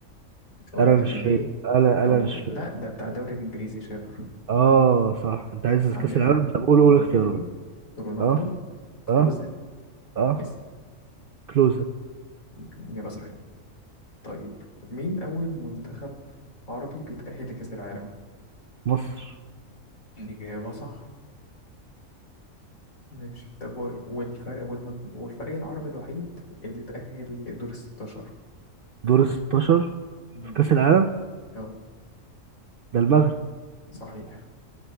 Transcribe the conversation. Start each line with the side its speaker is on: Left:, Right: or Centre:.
Left: قلنا
Right: ألان
Left: بيليه
Right: شرير ألا ألان
Left: أو
Right: شرير
Left: لأ ده بتاع
Right: ألان.
Left: الدوري الإنجليزي شيرر
Right: اه صح انت عايز
Left: بس عندنا
Right: كأس العالم طب قول
Left: أو
Right: قول
Left: بيليه
Right: اختيارات
Left: رونالدو
Right: اه
Left: كلوزا
Right: اه اه
Left: ميسي
Right: كلوزة
Left: إجابة صحيحة طيب مين أول منتخب عربي بيتأهل لكأس العالم؟
Right: مصر
Left: إجابة صح ماشي طب و- والفرق والمد... والفريق العربي الوحيد اللي تأهل لدور الستاشر
Right: دور ال 16
Left: مم.
Right: في كأس العالم
Left: اه
Right: ده المغرب
Left: صحيح